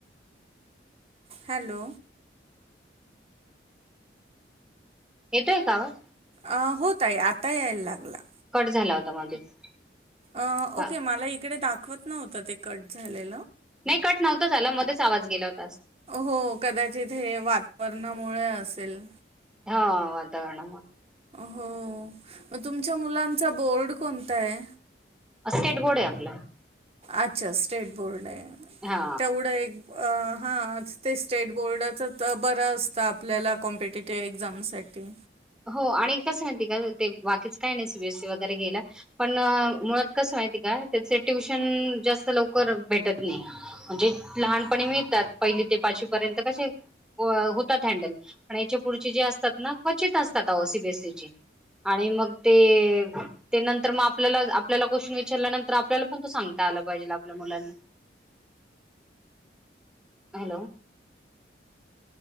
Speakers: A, on the right; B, in the centre.
A: हॅलो
B: येतोय का आवाज
A: अ होत आहे आता यायला लागला
B: कट झाला होता मध्येच
A: अ
B: हा
A: ओके मला इकडे दाखवत नव्हत ते कट झाले
B: नाही कट नव्हतं झाला मध्येच आवाज गेला होता असं.
A: हो कदाचित हे वा वर्णामुळे असेल
B: हा वातावरण
A: हो मग तुमच्या मुलांचा बोर्ड कोणत आहे
B: स्टेट बोर्ड आहे आपला
A: अच्छा स्टेट बोर्ड आहे
B: हा
A: तेवढं एक अ हा ते स्टेट बोर्डचा बर असतं आपल्याला कॉम्पिटेटिव एक्झामसाठी
B: हो आणि कस माती का ते बाकीच काय नाही सीबीएससी वगैरे ग्यायला पण मुळात कसं माहिती का त्याचे ट्युशन जास्त लवकर भेटत नाही म्हणजे लहानपणी मिळतात पहिली ते पाचवी पर्यंत कसे होतात हँडल पण याच्या पुढचे जे असतात ना क्वचित असतात ओसीबीएस आणि मग ते नंतर मग आपल्याला आपल्याला क्वेशन विचारल्यानंतर आपल्याला पण त सांगता आला पाहिजे आपल्या मुलांना हॅलो